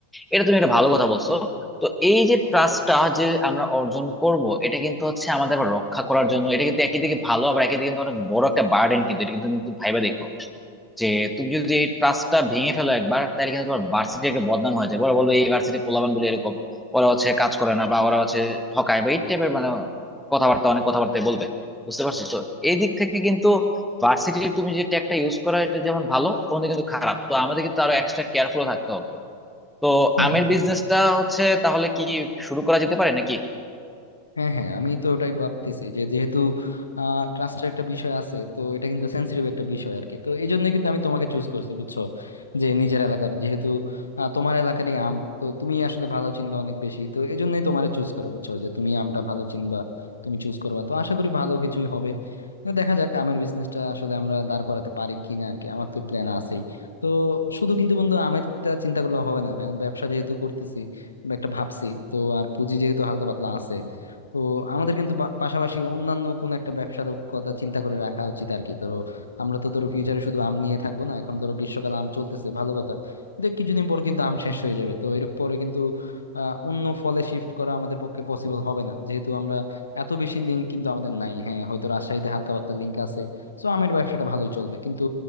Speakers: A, in the centre; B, on the left.
A: এটা তুমি একটা ভালো কথা বলছো তো এই যে ট্রাস্টটা যে আমরা অর্জন করব এটা কিন্তু হচ্ছে আমাদের আবার রক্ষা করার জন্য এটা কিন্তু একই দিকে ভালো আবার একই দিকে কিন্তু অনেক বড় একটা বার্ডেন কিন্তু এটা কিন্তু তুমি ভাইবা দেখো যে তুমি যদি এই ট্রাস্টটা ভেঙে ফেলো একবার তাহলে কিন্তু তোমার ভার্সিটি একটা বদনাম হয়ে যায় ওরা বলবো এই ভার্সিটির পোলাপান গুলো এরকম ওরা হচ্ছে কাজ করে না বা ওরা হচ্ছে ঠকায় বা এই টাইপের মানে কথাবার্তা অনেক কথাবার্তায় বলবে বুঝতে পারছো তো এই দিক থেকে কিন্তু ভার্সিটির তুমি যে ট্যাগটা ইউজ করো এটা যেমন ভালো ওখানে কিন্তু খারাপ তো আমাদের কিন্তু আরো এক্সট্রা কেয়ারফুল থাকতে হবে তো
B: হুম
A: আমের
B: হুম
A: বিজনেসটা হচ্ছে তাহলে কি শুরু করা যেতে পারে নাকি
B: হ্যাঁ হ্যাঁ আমি তো ওটাই ভাবতেছি যে যেহেতু ট্রাস্টের একটা বিষয় আছে তো এটা কিন্তু সেন্সিটিভ একটা বিষয় আর কি তো এই জন্য কিন্তু আমি তোমাকে চুজ করছি বুঝছো যে নিজের এলাকার যেহেতু আহ, তোমার এলাকারই আম তো তুমি আসলে ভালো চিনবা অনেক বেশি তো এই জন্যই তোমার চুজ করা বুঝছো যে তুমি আমটা ভালো চিনবা তুমি চুজ করবা তো আশা করি ভালো কিছুই হবে তো দেখা যাক আমের বিজনেসটা আসলে আমরা দাঁড় করাতে পারি কিনা আর কি আমার তো প্ল্যান আছেই তো শুধু কিন্তু বন্ধু আমেরটা চিন্তা করলে হবে না কারণ ব্যবসা যেহেতু করতেছি বা একটা ভাবছি তো আর পুঁজি যেহেতু হালকা পাতলা আছে তো আমাদের কিন্তু বা- পাশাপাশি অন্যান্য কোন একটা ব্যবসারও কথা চিন্তা করে রাখা উচিত আর কি ধরো আমরা তো ধরো ফিউচারে শুধু আম নিয়ে থাকবো না এখন ধরো গ্রীষ্মকালে আম চলতেছে ভালো কথা কিন্তু কিছুদিন পর কিন্তু আম শেষ হয়ে যাবে তো এর পরে কিন্তু আহ, অন্য ফলে শিফট করা আমাদের পক্ষে পসিবল হবে না যেহেতু আমরা এত বেশি লিঙ্ক কিন্তু আমাদের নাই হ্যাঁ হয়তো রাজশাহীতে হালকা পাতলা লিঙ্ক আছে তো আমের ব্যবসাটা ভালোই চলবে কিন্তু